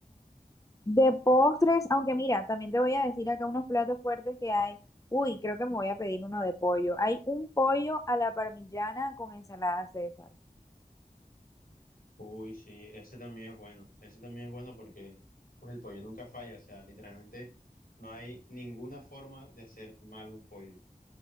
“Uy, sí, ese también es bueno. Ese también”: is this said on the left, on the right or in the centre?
Left